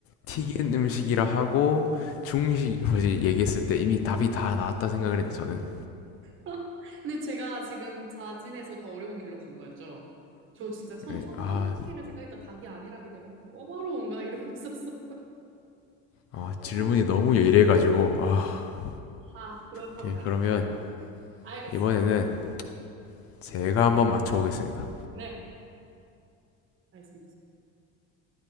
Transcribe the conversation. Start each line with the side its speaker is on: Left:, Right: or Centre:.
Left: 튀긴 음식이라 하고, 중식, 뭐지, 얘기했을 때 이미 답이 다 나왔다 생각을 했는데, 저는.
Right: <laughs> 근데 제가 지금 자진해서 더 어려운 길로 간 거였죠. 저 진짜 처,
Left: 네,
Right: 처음에
Left: 아,
Right: 깐풍기를 생각했다 닭이 아니라길래 어 그럼 꿔바로 온가 이러고 있었어요. <laughs>
Left: 아,
Right: 꿔바로.
Left: 질문이 너무 예리해가지고, 아,
Right: 아하 그렇단
Left: 오케이,
Right: 말이죠.
Left: 그러면,
Right: 알겠어.
Left: 이번에는 제가 한번 맞춰보겠습니다.
Right: 네 말씀 주세요.